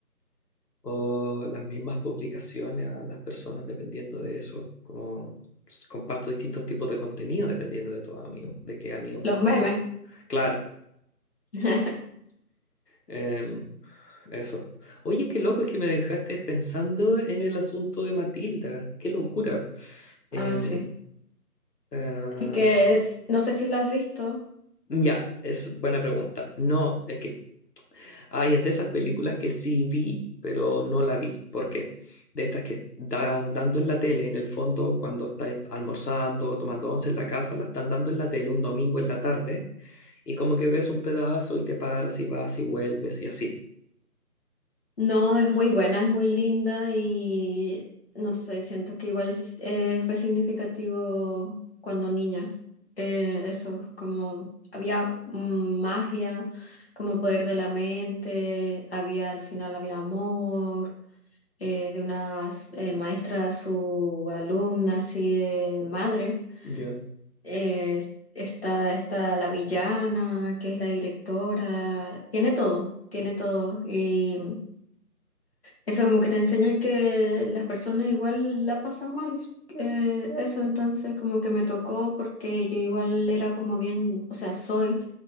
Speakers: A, on the left (about 85°); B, on the left (about 40°).
A: o las mismas publicaciones a las personas dependiendo de eso. Como s- comparto distintos tipos de contenido dependiendo de tu amigo, de qué amigo
B: Los
A: se trata.
B: memes.
A: Claro,
B: <laughs>
A: Em, eso. Oye, qué loco es que me dejaste pensando en el asunto de Matilda. Qué locura. Em,
B: Ah, sí.
A: ah,
B: Es que es- no sé si lo has visto,
A: ya, es buena pregunta. No, es que, ay, es de esas películas que sí vi, pero no la vi. ¿Por qué? De estas que están dando en la tele, en el fondo, cuando estás almorzando, tomando once en la casa, la están dando en la tele un domingo en la tarde, y como que ves un pedazo y te paras y vas y vuelves y así.
B: No, es muy buena, es muy linda y no sé, siento que igual s- eh, fue significativo cuando niña. Eh, eso, como había mm, magia, como poder de la mente, había al final había amor eh, de una s- eh, maestra a su alumna, así de madre.
A: Ya.
B: Eh, está, está la villana, que es la directora, tiene todo, tiene todo y... Eso como que te enseña que las personas igual la pasan mal. eh, eso entonces como que me tocó porque yo igual era como bien, o sea, soy